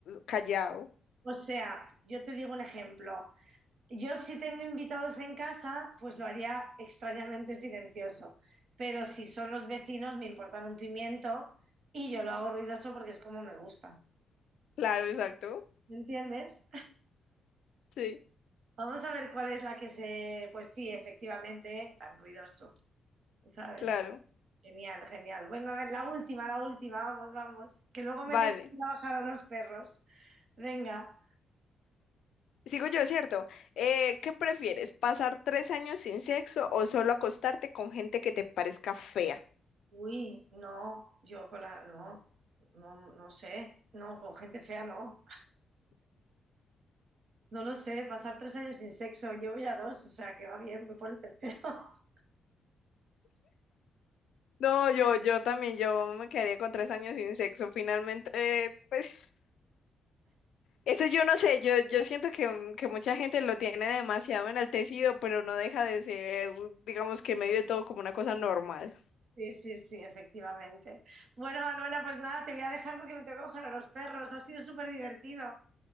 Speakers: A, on the left (about 70°); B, on the right (about 60°).
A: callado.
B: o sea, yo te digo un ejemplo. Yo si tengo invitados en casa, pues lo haría extrañamente silencioso. Pero si son los vecinos, me importan un pimiento y yo lo hago ruidoso porque es como me gusta.
A: Claro, exacto.
B: ¿Me entiendes?
A: Sí,
B: <laughs> Vamos a ver cuál es la que se... Pues sí, efectivamente, tan ruidoso, ¿sabes?
A: claro.
B: Genial, genial. Bueno, a ver, la última, la última, vamos, vamos. Que luego me
A: Vale.
B: tengo que ir a bajar a los perros. Venga.
A: Sigo yo, ¿cierto? Eh, ¿qué prefieres? ¿Pasar tres años sin sexo o solo acostarte con gente que te parezca fea?
B: Uy, no, yo con la... No, no, no sé. No, con gente fea no. No lo sé, pasar tres años sin sexo, llevo ya dos, o sea que va bien, voy por el tercero. <laughs>
A: No, yo, yo también, yo me quedaría con tres años sin sexo. Finalmente, eh, pues Esto yo no sé, yo, yo siento que, mm, que mucha gente lo tiene demasiado enaltecido, pero no deja de ser, digamos que en medio de todo como una cosa normal.
B: Sí, sí, sí, efectivamente. Bueno, Manuela, pues nada, te voy a dejar porque me tengo que coger a los perros. Ha sido súper divertido.